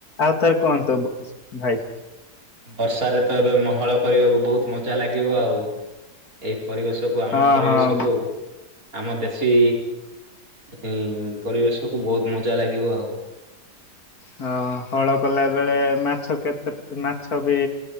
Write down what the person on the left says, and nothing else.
ଆଉ ଥରେ କୁହନ୍ତୁ ଭାଇ।
ହଁ
ହଁ।
ହ ହଳ କଲା ବେଳେ ମାଛ କେତେ ମାଛ ବି